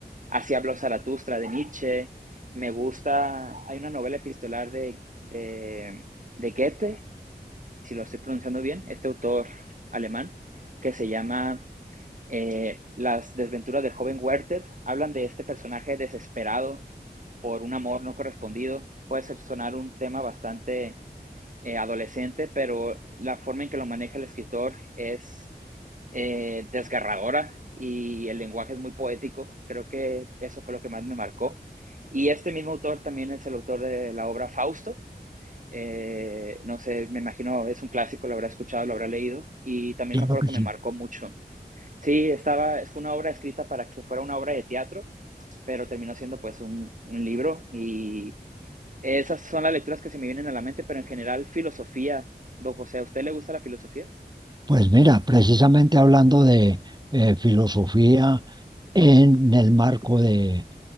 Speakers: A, on the right; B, on the right.
A: Así habló Zaratustra de Nietzsche, me gusta, hay una novela epistolar de, de, de Goethe, si lo estoy pronunciando bien, este autor alemán, que se llama eh, las desventuras del joven Werther hablan de este personaje desesperado por un amor no correspondido. Puede sonar un tema bastante eh, adolescente, pero la forma en que lo maneja el escritor es eh, desgarradora y el lenguaje es muy poético. Creo que eso fue lo que más me marcó. Y este mismo autor también es el autor de la obra Fausto. Eh, no sé, me imagino es un clásico, lo habrá escuchado, lo habrá leído. Y también
B: Claro
A: me acuerdo
B: que
A: que
B: sí.
A: me marcó mucho. Sí, estaba, fue una obra escrita para que fuera una obra de teatro, pero terminó siendo pues un, un libro y esas son las lecturas que se me vienen a la mente, pero en general filosofía, don José, ¿a usted le gusta la filosofía?
B: Pues mira, precisamente hablando de eh, filosofía, en el marco de, eh,